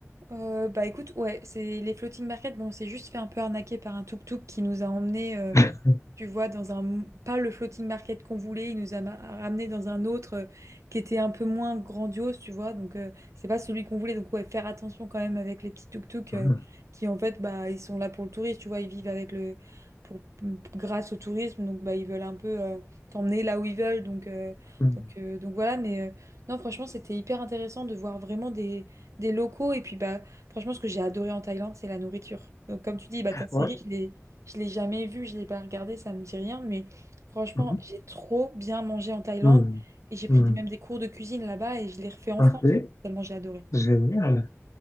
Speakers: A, on the right (about 75°); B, on the left (about 80°).
A: Euh, bah écoute, ouais, c'est les floating market. Bon, on s'est juste fait un peu arnaquer par un tuk-tuk qui nous a emmené euh,
B: <laughs>
A: tu vois, dans un pas le floating market qu'on voulait. Il nous a ma- ramenés dans un autre euh, qui était un peu moins grandiose, tu vois. Donc euh, c'est pas celui qu'on voulait. Donc ouais, faire attention quand même avec les petits tuk-tuk
B: Ah.
A: euh, qui en fait, bah ils sont là pour le tourisme, tu vois. Ils vivent avec le pour grâce au tourisme, donc bah ils veulent un peu euh, t'emmener là où ils veulent. Donc euh,
B: Mhm.
A: donc euh, donc voilà. Mais euh, non, franchement, c'était hyper intéressant de voir vraiment des des locaux et puis bah Franchement, ce que j'ai adoré en Thaïlande, c'est la nourriture. Donc, comme tu dis, bah, ta série,
B: Ouais.
A: je l'ai, je l'ai jamais vue, je l'ai pas regardée, ça me dit rien. Mais franchement,
B: Mhm.
A: j'ai trop bien mangé en Thaïlande
B: Mhm.
A: et j'ai pris
B: Mhm.
A: des- même des cours de cuisine là-bas et je les refais en
B: Ok,
A: France, tellement j'ai adoré.
B: génial.